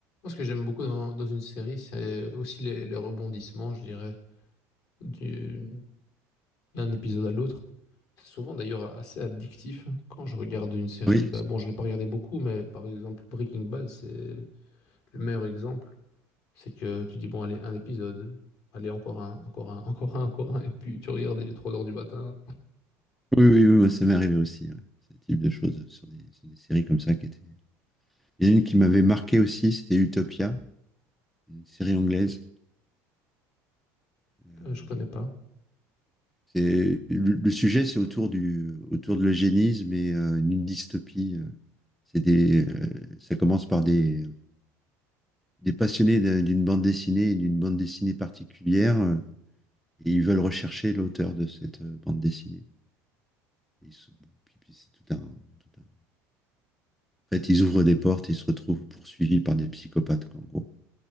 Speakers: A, on the left; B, in the centre.
A: ce que j'aime beaucoup dans, dans une série, c'est aussi les, les rebondissements, je dirais. du- d'un épisode à l'autre. C'est souvent d'ailleurs assez addictif quand je regarde une série.
B: Oui,
A: Bah bon, je l'ai pas regardé beaucoup, mais par exemple Breaking Bad, c'est le meilleur exemple. C'est que tu dis, bon, allez, un épisode, allez, encore un, encore un, <laughs> encore un, encore un, et puis tu regardes, il est 3 heures du matin.
B: oui, oui, oui, moi, ça m'est arrivé aussi, ouais. ce type de choses sur des, sur des séries comme ça qui étaient. Il y en a une qui m'avait marqué aussi, c'était Utopia, une série anglaise. Euh,
A: Euh, je connais pas.
B: c'est- le, le sujet, c'est autour du, autour de l'eugénisme et euh, une dystopie. euh. c'est des, euh, ça commence par des, des passionnés d'un- d'une bande dessinée et d'une bande dessinée particulière, euh, et ils veulent rechercher l'auteur de cette euh, bande dessinée. Et ils se- bon, puis- puis c'est tout un, tout un En fait, ils ouvrent des portes et ils se retrouvent poursuivis par des psychopathes, quoi, en gros.